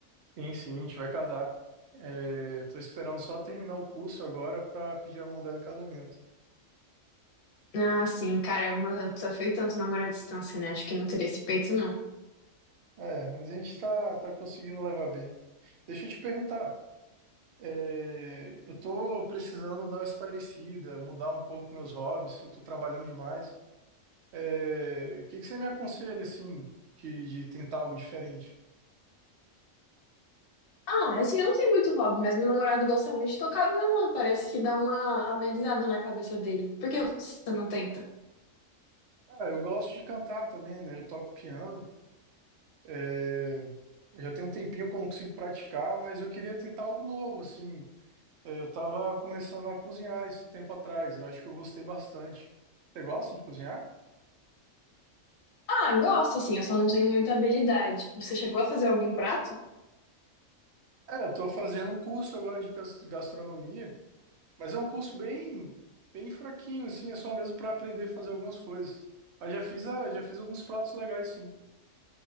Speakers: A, on the right; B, on the left.
A: Sim, sim, a gente vai casar. É, tô esperando só terminar o curso agora para pedir a mão dela em casamento.
B: Ah, sim, cara, é um desafio tanto namorar à distância, né? Acho que não teria esse peito, não.
A: É, mas a gente tá, tá conseguindo levar bem. Deixa eu te perguntar. É, eu tô precisando dar uma espairecida, mudar um pouco meus hobbies, eu tô trabalhando demais. É, o que que você me aconselha, assim, de, de tentar algo diferente?
B: Ah, assim, eu não tenho muito hobby, mas meu namorado gosta muito de tocar violão. Parece que dá uma amenizada na cabeça dele. Por que você não tenta?
A: Ah, eu gosto de cantar também, né? Eu toco piano. É, já tem um tempinho que eu não consigo praticar, mas eu queria tentar algo novo, assim. É, Eu tava começando a cozinhar isso tempo atrás. Eu acho que eu gostei bastante. Você gosta de cozinhar?
B: Ah, gosto, assim, eu só não tenho muita habilidade. Você chegou a fazer algum prato?
A: É, eu tô fazendo um curso agora de cas- gastronomia, mas é um curso bem, bem fraquinho, assim, é só mesmo para aprender a fazer algumas coisas. Mas já fiz, a- já fiz alguns pratos legais, sim.